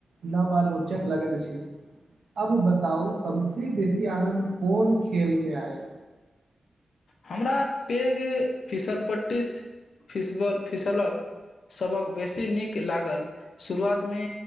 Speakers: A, on the right; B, on the left.
A: न बालो चेक लगेत अछि अब बताउ सबसे बेसी आनन्द कोन खेल में आयल
B: हमरा पे गे फिसल पटीस फिसबल फिसलब सबक बेसी नीक लागल शुरुआत मे